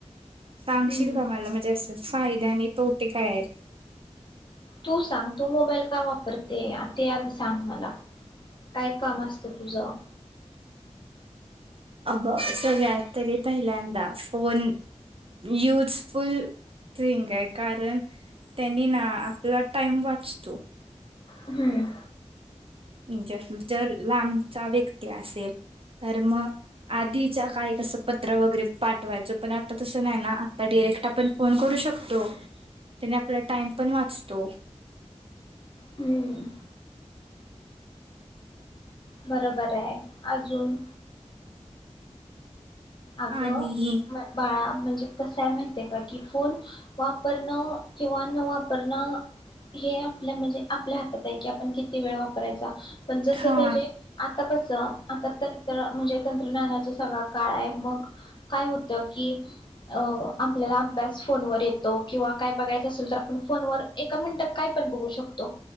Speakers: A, on the right; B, on the left.
A: सांगशील
B: हम्म
A: का मला म्हणजे असं. फायद्या आणि तोटे काय आहेत.
B: तू सांग तू मोबाईल का वाप. पर ते ते या दिवसां आण मला. काय काम असतं तुझा.
A: अ सगळ्यात तरी पहिल्यांदा फोन युजफुल थिंग आहे कारण त्यांनी ना आपला टाइम वाचतो.
B: हम्म.
A: ज जर लांबचा व्यक्ती असेल तर मग आधीच्या काय कसं पत्र वगैरे पाठवायचं पण आता तसं नाही ना आता डिरेक्ट आपण फोन करू शकतो त्याने आपला टाइम पण वाचतो.
B: हम्म बरोबर. <unintelligible> अजून. अगं
A: आणि
B: बाळा म्हणजे कसय माहिती आहे का की फुल. वापरणं किंवा न वापरणं हे आपल्या म्हणजे आपल्या हातात आहे कि आपण किती वेळ वापरायचा. पण जस
A: हा
B: त्याजे आता कसं आता तंत्र म्हणजे तंत्रज्ञानाचा सगळा काळ आहे. मग काय होत की. अ आपल्याला अभ्यास फोनवर येतो किंवा काय बघायचं असेल तर आपण फोनवर एका मिनिटात काय पण बघू शकतो